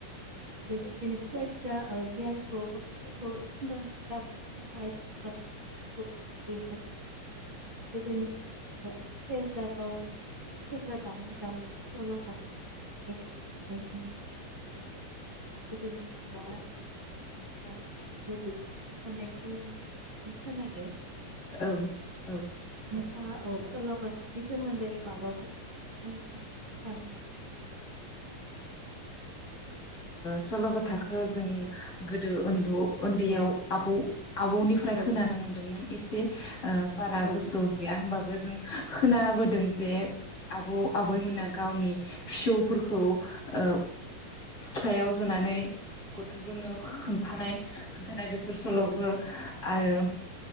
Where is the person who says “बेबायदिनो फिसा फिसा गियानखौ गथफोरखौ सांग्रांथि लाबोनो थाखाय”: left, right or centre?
Right